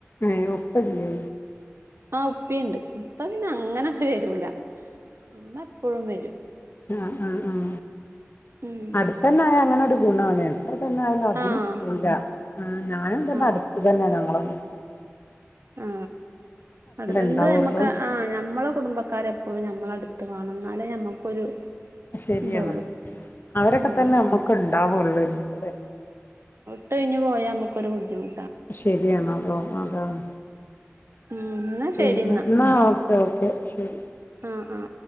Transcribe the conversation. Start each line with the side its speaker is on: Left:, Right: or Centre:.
Left: ഏ ഉപ്പല്ല്യെ
Right: ആ ഉപ്പിണ്ട് ഉപ്പ പിന്നെ അങ്ങനങ്ങ് വരൂല ഇമ്മ എപ്പഴും വരും
Left: ആ ആ ആ
Right: ഉം
Left: അടുത്തന്നെ ആയ അങ്ങനൊരു ഗുണാല്ലേ അത്ര തന്നെ ആയാലും അതിനും
Right: ആഹ്
Left: കൂട ആ ഞാനും തന്നെ
Right: ആഹ്
Left: അടുത്ത് തന്നെ ഞങ്ങളെ വീടടുത്ത്
Right: ആ അടുത്തെ എന്ത്
Left: ഇണ്ടാവുള്ളൂ
Right: ഞമ്മക്ക് ആ ഞമ്മളെ കുടുംബക്കാര് എപ്പോഴും നമ്മളെ ടുത്ത് വാണം എന്നാലേ ഞമ്മക്കൊരു
Left: ശര്യാണ്
Right: ഇതൊള്ളൂ
Left: അവരൊക്കെ
Right: ഉം
Left: തന്നെ നമ്മക്ക് ഇണ്ടാവുള്ളു എന്ത് തന്നായാലും
Right: ട്ടഴിഞ്ഞ് പോയാ മ്മകൊര് ബുദ്ധിമു
Left: ശരിയാണ് അതോ അതാണ്
Right: ഉ ന്നാ ശരിന്നാ
Left: പിന്നെ എന്നാ
Right: ട്ട
Left: ഓക്കെ ഓക്കെ ശരി
Right: ആ ആ ആ